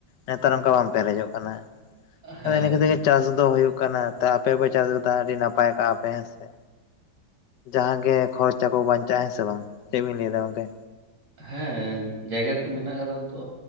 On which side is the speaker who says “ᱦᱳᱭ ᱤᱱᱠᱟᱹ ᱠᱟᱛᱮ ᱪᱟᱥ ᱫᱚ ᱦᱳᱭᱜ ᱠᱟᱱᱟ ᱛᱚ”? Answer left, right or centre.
Left